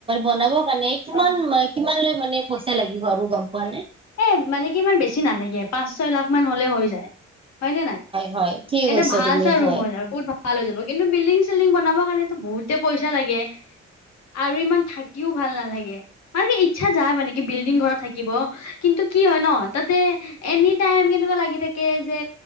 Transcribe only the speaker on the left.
অ
এ মানে কি ইমান বেছি নালাগে পাঁচ ছয় লাখ মান হলে হৈ যায় হয় নে নাই
এটা
ভাল
চা
ৰুম হৈ যাব বহুত ভাল ভাল হৈ যাব কিন্তু বিল্ডিং চিল্ডিং, বনাব কাৰণো বহুতে পইচা লাগে আৰু ইমান থাকিও ভাল নালাগে মান কি ইচ্ছা যায় মানে কি বিল্ডিং ঘৰত থাকিব কিন্তু কি হয় ন তাতে এনি টাইম কেনেকুৱা লাগি থাকে যে